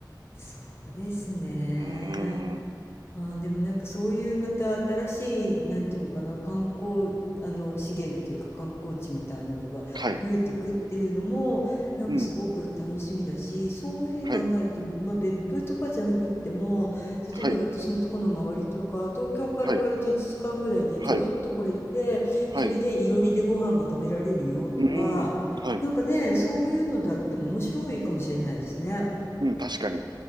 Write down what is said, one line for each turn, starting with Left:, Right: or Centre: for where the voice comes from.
Left: そうですね。
Right: うーん。
Left: あ、でもなんかそういうまた新しい、なんていうのかな、観光、あの資源っていうか観光地みたいなのが増えてくっていうのも、
Right: はい。
Left: なんかすごく楽しみだし、
Right: うん。
Left: そういうふうに考えると、
Right: はい。
Left: まあ別府とかじゃなくっても、例えば私のところの周りとか、
Right: はい。
Left: 東京から割と1時間ぐらいでちょろっと来れて、
Right: はい。はい。はい。
Left: それでいろりでご飯が食べられるよとか、
Right: うーん。はい。
Left: なんかね、そういうのだっても面白いかもしれないですね。
Right: うん、確かに。